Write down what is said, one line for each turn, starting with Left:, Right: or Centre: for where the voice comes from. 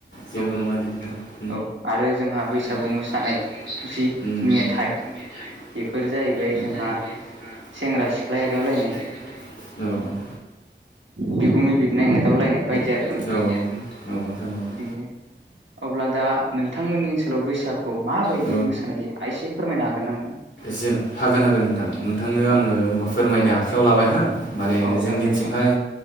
Left: जेबो
Right: औ
Left: नङा दे नोंथां।
Right: औ आरो जोंहा बैसागु
Left: औ आरो जोंहा
Right: मोसानाय
Left: बैसागु मोसानाय
Right: जि मेथाइ
Left: जि मेथाइ
Right: बेफोर जाहैबाय
Left: बेफोर
Right: जोंहा
Left: जाहैबाय जोंहा
Right: सेंग्रा सिख्ला
Left: सेंग्रा
Right: एदावलायनाय
Left: सिख्ला एदावलायनाय।
Right: बिगुमै बिबोनां एदावलायनाय बायदि
Left: औ
Right: आरो ना नोंथां
Left: औ औ नोंथां औ
Right: बिदिनो अब्ला दा नोंथांमोननि ओनसोलाव बैसागुआव माबायदि
Left: औ
Right: मोसानाय जायो आयसे फोरमायनो हागोन ना नोंथां?
Left: जों हागोन हागोन नोंथां नोंथांनो
Right: औ
Left: आङो होमबा फोरमायनो आखायाव लाबाय हो माने
Right: औ
Left: जोंनिथिंहाय
Right: जागोन दे नोंथां